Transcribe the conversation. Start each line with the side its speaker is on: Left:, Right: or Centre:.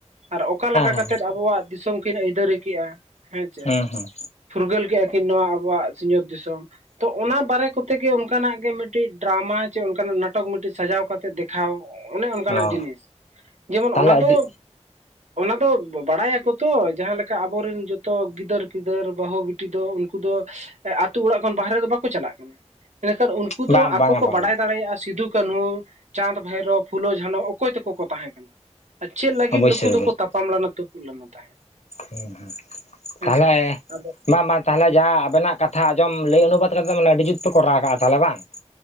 Right: ᱟᱨ ᱚᱠᱟ ᱞᱮᱠᱟ
Left: ᱦᱮᱸ
Right: ᱠᱟᱛᱮᱫ ᱟᱵᱚᱣᱟᱜ ᱫᱤᱥᱚᱢ ᱠᱤᱱ ᱟᱹᱭᱫᱟᱹᱨᱤ ᱠᱮᱜᱼᱟ ᱦᱮᱸ ᱪᱮ
Left: ᱦᱩᱸ ᱦᱩᱸ
Right: ᱯᱷᱩᱨᱜᱟᱹᱞ ᱠᱮᱫᱼᱟᱠᱤᱱ ᱱᱚᱣᱟ ᱟᱵᱚᱣᱟᱜ ᱥᱤᱧᱚᱛ ᱫᱤᱥᱚᱢ ᱛᱚ ᱚᱱᱟ ᱵᱟᱨᱮ ᱠᱚᱛᱮ ᱜᱮ ᱚᱱᱠᱟᱱᱟᱜ ᱜᱮ ᱢᱤᱫᱴᱤᱡ ᱰᱨᱟᱢᱟ ᱪᱚ ᱚᱱᱠᱟᱱᱟᱜ ᱱᱟᱴᱚᱠ ᱢᱤᱫᱴᱤᱡ ᱥᱟᱡᱟᱣ ᱠᱟᱛᱮ ᱫᱮᱠᱷᱟᱣ ᱚᱱᱮ ᱚᱱᱠᱟᱱᱟᱜ
Left: ᱚ
Right: ᱡᱤᱱᱤᱥ ᱡᱮᱢᱚᱱ
Left: ᱛᱟᱦᱚᱞᱮ
Right: ᱚᱱᱟ ᱫᱚ
Left: ᱟᱹᱰᱤ
Right: ᱚᱱᱟ ᱫᱚ ᱵᱟᱲᱟᱭᱟᱠᱚ ᱛᱚ ᱡᱟᱦᱟᱸ ᱞᱮᱠᱟ ᱟᱵᱚᱨᱮᱱ ᱡᱚᱛᱚ ᱜᱤᱫᱟᱹᱨ ᱯᱤᱫᱟᱹᱨ ᱵᱟᱹᱦᱩ ᱵᱤᱴᱤ ᱫᱚ ᱩᱱᱠᱩ ᱫᱚ ᱮ ᱟᱛᱩ ᱚᱲᱟᱜ ᱠᱷᱚᱱ ᱵᱟᱨᱦᱮ ᱫᱚ ᱵᱟᱠᱚ ᱪᱟᱞᱟᱜ ᱠᱟᱱᱟ ᱱᱮᱛᱟᱨ ᱩᱱᱠᱩ ᱩᱱᱠᱩ ᱫᱚ
Left: ᱵᱟᱝ
Right: ᱟᱠᱚ
Left: ᱵᱟᱝᱟ
Right: ᱠᱚ
Left: ᱵᱟᱝᱟ
Right: ᱵᱟᱲᱟᱭ ᱫᱟᱲᱮᱭᱟᱜᱼᱟ ᱥᱤᱫᱩ ᱠᱟᱹᱱᱦᱩ ᱪᱟᱸᱫᱽ ᱵᱷᱟᱭᱨᱳ ᱯᱷᱩᱞᱳ ᱡᱷᱟᱱᱚ ᱚᱠᱚᱭ ᱛᱮᱠᱚ ᱠᱚ ᱛᱟᱦᱮᱸ ᱠᱟᱱᱟ ᱟᱨ ᱪᱮᱫ ᱞᱟᱹᱜᱤᱫ
Left: ᱚᱵᱚᱥᱥᱳᱭ
Right: ᱱᱩᱠᱩ ᱫᱚᱠᱚ ᱛᱟᱯᱟᱢ ᱞᱮᱱᱟ ᱛᱩᱯᱩᱜ ᱞᱮᱱᱟ ᱛᱟᱦᱮᱸᱫ
Left: ᱦᱮᱸ ᱦᱮᱸ
Right: ᱦᱮᱸᱥᱮ
Left: ᱛᱟᱞᱦᱮ
Right: ᱟᱫᱚ
Left: ᱵᱟᱝ ᱵᱟᱝ ᱛᱟᱞᱦᱮ ᱡᱟ ᱟᱵᱮᱱᱟᱜ ᱠᱟᱛᱷᱟ ᱟᱸᱡᱚᱢ ᱞᱟᱹᱭ ᱚᱱᱩᱵᱟᱟᱫ ᱠᱟᱛᱮᱫ ᱟᱹᱰᱤ ᱡᱩᱛ ᱯᱮ ᱠᱚᱨᱟᱣ ᱠᱟᱜᱼᱟ ᱛᱟᱦᱚᱞᱮ ᱵᱟᱝ